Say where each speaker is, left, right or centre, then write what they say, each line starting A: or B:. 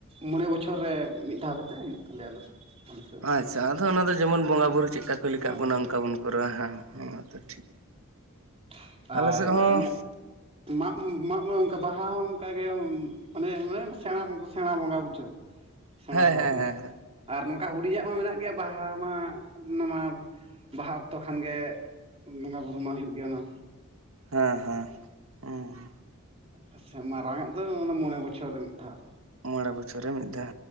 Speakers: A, on the right; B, on the right.
A: ᱢᱚᱬᱮ ᱵᱚᱪᱷᱚᱨ ᱨᱮ ᱢᱤᱫ ᱫᱷᱟᱣ ᱠᱟᱛᱮᱮᱫ ᱦᱩᱭᱩᱜ ᱛᱟᱞᱮᱭᱟ ᱟᱞᱮ ᱫᱚ ᱟᱞᱮ ᱥᱮᱫ ᱫᱚ
B: ᱟᱪᱪᱷᱟ ᱟᱫᱚ ᱚᱱᱟ ᱫᱚ ᱡᱮᱢᱚᱱ ᱵᱚᱸᱜᱟ ᱵᱩᱨᱩ ᱪᱮᱫ <inaudible> ᱠᱟ ᱪᱠᱟ ᱠᱩᱞ
A: ᱦᱮᱸ
B: ᱠᱟᱜ ᱵᱚᱱᱟ
A: ᱦᱮᱸ
B: ᱚᱱᱠᱟ ᱵᱚᱱ ᱠᱚᱨᱟᱣᱟ ᱦᱮᱸ ᱛᱚ ᱴᱷᱤᱠ ᱜᱮᱭᱟ
A: <inaudible>
B: ᱟᱞᱮ
A: ᱟᱨ
B: ᱥᱮᱫ ᱦᱚᱸ
A: ᱚᱱᱟ ᱢᱟᱜ ᱢᱟᱜ ᱢᱚᱬᱮ ᱚᱱᱠᱟ ᱵᱟᱦᱟ ᱦᱚᱸ ᱚᱱᱠᱟᱜᱮ ᱢᱟᱱᱮ ᱢᱟᱱᱮ ᱥᱮᱬᱟ ᱵ ᱥᱮᱬᱟ ᱵᱚᱸᱜᱟ ᱵᱩᱡᱷᱟᱹᱣ ᱥᱮᱬᱟ
B: ᱦᱮᱸ
A: ᱯᱚᱨᱚᱵᱽ
B: ᱦᱮᱸ
A: ᱨᱮᱱᱟᱜ
B: ᱦᱮᱸ
A: ᱟᱨ ᱱᱚᱝᱠᱟ ᱦᱩᱰᱤᱧᱟᱜ ᱢᱟ ᱢᱮᱱᱟᱜ ᱜᱮᱭᱟ ᱵᱟᱦᱟ ᱡᱟᱦᱟᱸ ᱢᱟ ᱚᱱᱟᱢᱟ ᱵᱟᱦᱟ ᱚᱠᱛᱚ ᱠᱷᱟᱱᱜ ᱵᱚᱸᱜᱟ ᱵᱩᱨᱩ ᱢᱟ ᱦᱩᱭᱩᱜ ᱜᱮᱭᱟ ᱢᱟ
B: ᱦᱮᱸ ᱦᱮᱸ ᱦᱸ
A: ᱟᱪᱪᱷᱟ ᱢᱟᱨᱟᱝ ᱟᱜ ᱫᱚ ᱚᱱᱟ ᱢᱚᱬᱮ ᱵᱚᱪᱷᱚᱨ ᱨᱮ ᱢᱤᱫ ᱫᱷᱟᱣ
B: ᱢᱚᱬᱮ ᱵᱚᱪᱷᱚᱨ ᱨᱮ ᱢᱤᱫ ᱫᱷᱟᱣ